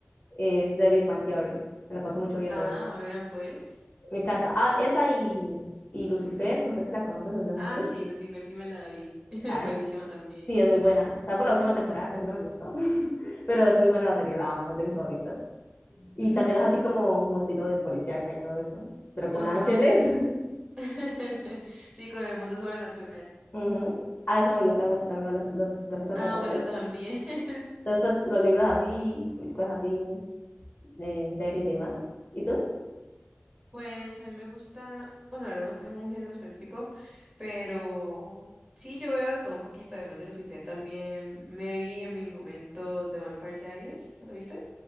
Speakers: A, on the left; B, on the right.
A: es The Big Bang Theory. Me la paso mucho viendo
B: Ah,
A: eso.
B: vean pues.
A: Me encanta. Ah, esa y, y Lucifer, no sé si la conoces desde Netflix.
B: Ah, sí, Lucifer sí me la vi. <laughs>
A: Ah,
B: Buenísima
A: es- bueno.
B: también.
A: sí, es muy buena. Salvo la última temporada, casi no me gustó, <laughs> pero es muy buena la serie, la amo, es de mis favoritas. Y
B: <laughs>
A: también es así como, como estilo de policíaca y todo eso, ¿no? Pero con
B: Ajá.
A: Sí. ángeles. <laughs>
B: <laughs> Sí, con el mundo sobrenatural.
A: Ujú. Ah, eso me gusta mucho también, los, los, los sobrenaturales.
B: Ah, bueno, también. <laughs>
A: Entonces, pues los libros así, cosas así, en series y demás. ¿Y tú?
B: Pues a mí me gusta, bueno, la verdad no tengo un género específico, pero sí, yo veo de todo un poquito, además de Lucifer, también me vi en mi momento The Vampire Diaries, ¿te lo viste?